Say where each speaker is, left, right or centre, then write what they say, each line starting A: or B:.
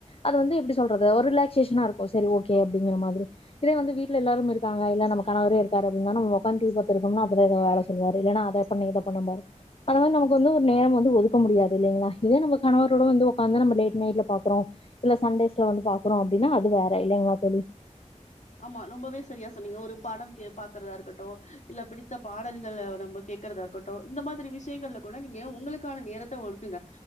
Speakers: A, on the left; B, on the left.
A: அது வந்து எப்படில்றது ஒரு ரிலாக்சேஷன இருக்கும் சரிஓகே அப்படிங்க மாதிரி இதே வந்து வீட்ல எல்லாரும் இருக்காங்க இல்ல நம்ம கணவரே இருக்காருஅப்படின்னா நம்ம ஒக்காந்து டிவி பாத்துட்டு ருப்போம்மனா அப்பதேன் வேலை சொல்வாரு ஏன்னா அத பண்ணு இதப் ரு மாரி நம க்குவந்து ஒரு நேரம் வந்து ஒதுக்க முடியாதுலைங்களா இதே நம்ம கணவரோட வந்து ஒக்காந்து லேட் நைட்ல பார்க்குறோம் இல்ல சண்டேஸ்ல வந்து பாக்குறோம் அப்படின்னா அது வேற இல்லைங்களா தோழி
B: ஆமா ரொம்பவே சரியா சொன்னீங்க ஒரு படம் கே பாக்கறதா இருக்கட்டும் இல்ல பிடித்த பாடல்களை நம்ம கேட்கறதா இருக்கட்டும் இந்த மாதிரி விஷயங்கள்ல கூட நீங்க உங்களுக்கான நேரத்தை ஒக்குங்க